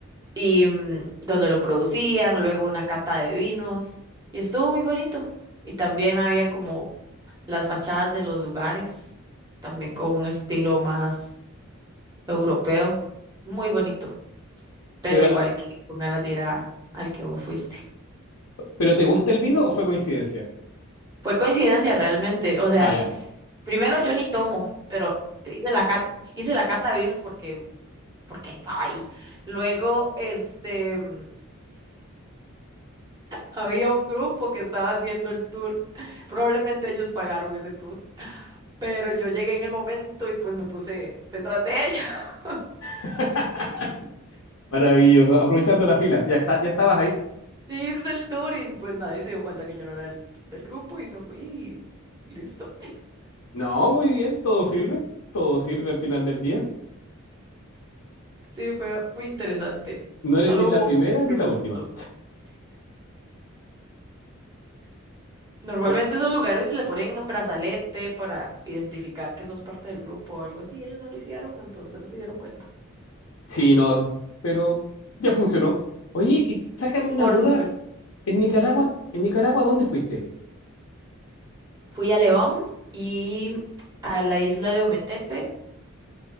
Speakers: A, on the right (about 20°); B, on the left (about 85°).
A: y mm, donde lo producían, luego una cata de vinos, y estuvo muy bonito. Y también había como las fachadas de los lugares, también con un estilo más europeo, muy bonito, pero
B: Pero,
A: igual
B: ah,
A: que con ganas de ir a- al que vos fuiste.
B: ¿pero te gusta el vino o fue coincidencia?
A: Fue coincidencia realmente, o sea,
B: Ah, ya.
A: primero yo ni tomo, pero hice la cata, hice la cata de vinos porque, porque estaba ahí. Luego, este... mm, Había un grupo que estaba haciendo el tour. Probablemente ellos pagaron ese tour. Pero yo llegué en el momento y pues me puse detrás de ellos. <laughs>
B: <laughs> Maravilloso. Aprovechando la fila, ya está, ya estabas ahí.
A: Y hice el tour y pues nadie se dio cuenta que yo no era del, del grupo y me fui y listo.
B: No, muy bien, todo sirve, todo sirve al final del día.
A: Sí, fue muy interesante.
B: No eres
A: Solo
B: ni la
A: hubo
B: primera
A: un poquito
B: ni
A: que me
B: la
A: gustó.
B: última.
A: Normalmente
B: O-
A: esos lugares le ponen un brazalete para identificar que sos parte del grupo o algo así. Ellos no lo hicieron, entonces no se dieron cuenta.
B: sí, no, pero ya funcionó. Oye, y sácame una
A: Por
B: duda.
A: supuesto.
B: En Nicaragua,
A: Ujú.
B: en Nicaragua, ¿dónde fuiste?
A: Fui a León y a la isla de Ometepe.